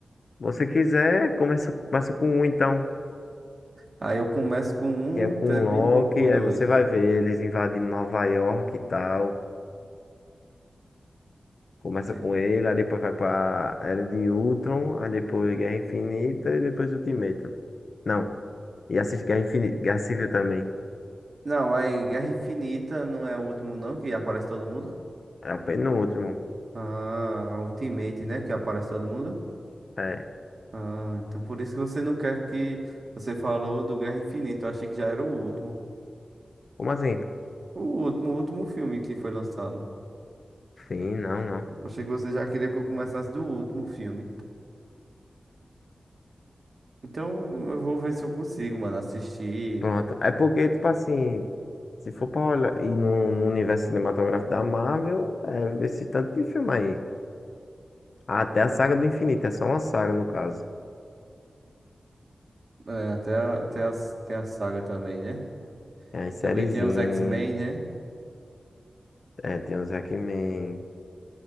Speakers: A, on the left; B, on the right.
A: Você quiser, começa, começa com o então,
B: Aí eu começo com
A: que é com
B: um, termino
A: o Loki,
B: e vou pro 2.
A: aí você vai ver eles invadindo Nova York e tal. Começa
B: Ente-
A: com ele, aí depois vai pra Era de Ultron, aí depois Guerra Infinita e depois Ultimato. Não, e assiste Guerra Infinita, Guerra Civil também.
B: Não, aí Guerra Infinita não é o último não, que aparece todo mundo.
A: É o penúltimo.
B: Ah, Ultimate, né? Que aparece todo mundo.
A: É.
B: Ah, então por isso que você não quer que você falou do Guerra Infinita. Eu achei que já era o último.
A: Como assim?
B: O último, o último filme que foi lançado.
A: Sim, não, não.
B: Eu achei que você já queria que eu começasse do último filme. Então eu vou ver se eu consigo, mano, assistir.
A: Pronto. É porque, tipo assim, se for pra olhar e no, no universo cinematográfico da Marvel, é esse tanto de filme aí. Ah, Até a saga do infinito, é só uma saga no caso.
B: É, até, a- até a, tem a saga também, né?
A: Tem as sériezinhas,
B: Também tem os X-Men, né?
A: é, tem os Hackman,